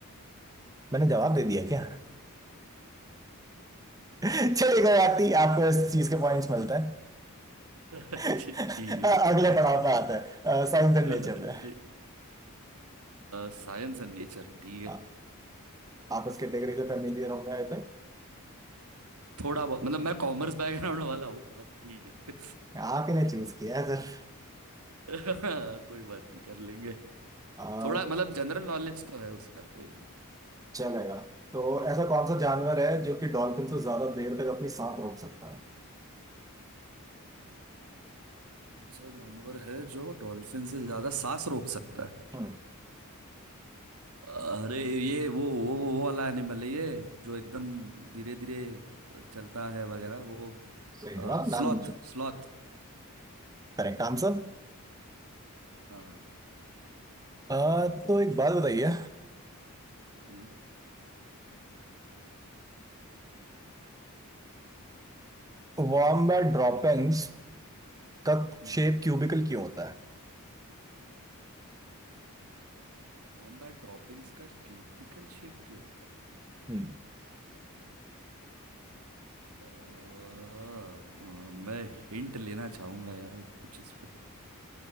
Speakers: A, on the right; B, on the right.
A: मैंने जवाब दे दिया क्या <laughs> चलिए कोई बात
B: <laughs>
A: नहीं आपको इस चीज के पॉइंट्स मिलते
B: अच्छे,
A: हैं <laughs>
B: ठीक है ठीक
A: अगले पड़ाव पे आते हैं साइंस एंड
B: है
A: नेचर पे
B: साइंस एंड नेचर ठीक
A: आ,
B: है
A: आप इस कैटेगरी से फेमिलियर होंगे आई थिंक
B: थोड़ा बहुत मतलब मैं कॉमर्स बैकग्राउंड वाला हूँ बट ठीक है
A: आप ही ने चूज किया है सर
B: <laughs> कोई बात नहीं कर लेंगे
A: आ,
B: थोड़ा मतलब जनरल नॉलेज तो है उसका कोई नहीं
A: चलेगा तो ऐसा कौन सा जानवर है जो कि डॉल्फिन से ज्यादा देर तक अपनी सांस रोक सकता है
B: कौन सा जानवर है जो डॉल्फिन से ज्यादा सांस रोक सकता है
A: हम्म,
B: अरे ये वो वो वो वो वाला एनिमल है ये जो एकदम धीरे धीरे चलता है वगैरह वो
A: सही जवाब
B: Sloth
A: नाम पूछो
B: sloth
A: Correct answer
B: हाँ
A: आ, तो एक बात बताइए
B: हम्म
A: वॉम्बैट ड्रॉपिंग्स का
B: हम्म,
A: शेप
B: हम्म।
A: क्यूबिकल क्यों होता है
B: वॉम्बैट ड्रॉपिंग्स का क्यूबिकल शेप क्यों होता
A: हम्म
B: अ, अ, मैं हिंट लेना चाहूंगा यार कुछ इस पे